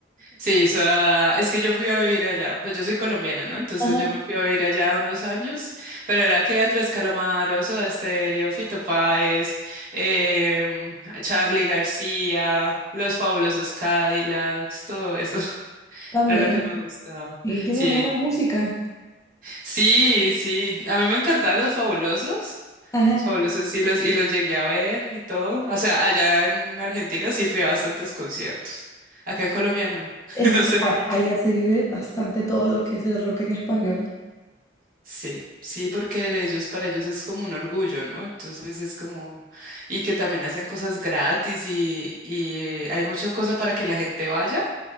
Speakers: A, on the right; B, on the left.
A: sí, o sea, es que yo fui a vivir allá. Pues yo soy colombiana, ¿no? Entonces
B: Ajá.
A: yo me fui a vivir allá unos años. Pero era que Andrés Calamaro, Soda Stereo, Fito Páez, em, Charly García, Los Fabulosos Cadillacs, todo eso.
B: También.
A: Era lo que me gustaba.
B: Y tienen
A: Sí,
B: buena música.
A: sí, sí. A mí me encantaban los fabulosos.
B: Ajá.
A: Los fabulosos sí los, y los llegué a ver y todo. O sea, allá en Argentina sí fui a bastantes conciertos. Acá en Colombia no. <laughs>
B: Es
A: No
B: que
A: sé
B: a-
A: por qué.
B: allá se vive bastante todo lo que es el rock en español.
A: Sí, sí, porque ellos, para ellos es como un orgullo, ¿no? Entonces es como, y que también hacen cosas gratis y, y hay mucha cosa para que la gente vaya.